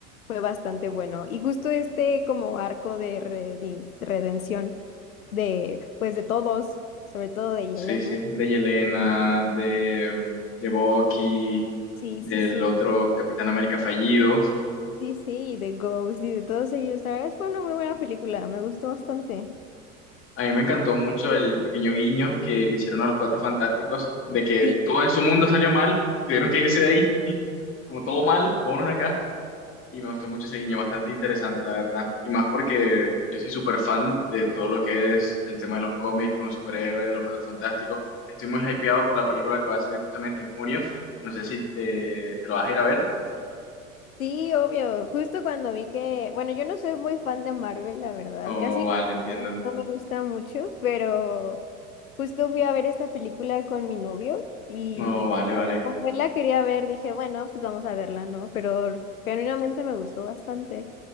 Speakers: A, on the left; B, on the left.
A: fue bastante bueno. Y justo este como arco de redi- redención de, pues de todos, sobre todo de Yelena.
B: Sí, sí, de Yelena, de, de Bucky,
A: Sí,
B: del
A: sí, sí.
B: otro Capitán América fallido.
A: Sí, sí, y de Ghost y de todos ellos. La verdad es que fue una muy buena película, me gustó bastante.
B: A mí me encantó mucho el pequeño guiño que le hicieron a los Cuatro Fantásticos, de que
A: Sí,
B: todo en su mundo salió mal, tuvieron que irse de ahí, como todo mal, vámonos de acá. Y me gustó mucho ese guiño, bastante interesante, la verdad. Y más porque yo soy súper fan de todo lo que es el tema de los cómics con los superhéroes, de los Cuatro Fantásticos. Estoy muy hypeado por la película que va a salir justamente en junio. No sé si te, te lo vas a ir a ver.
A: Sí, obvio. Justo cuando vi que, bueno, yo no soy muy fan de Marvel, la verdad,
B: Oh,
A: casi
B: vale,
A: no,
B: entiendo.
A: no no me gusta mucho, pero justo fui a ver esta película con mi novio y
B: Oh, vale, vale.
A: como él la quería ver, dije, bueno, pues vamos a verla, ¿no? Pero genuinamente me gustó bastante.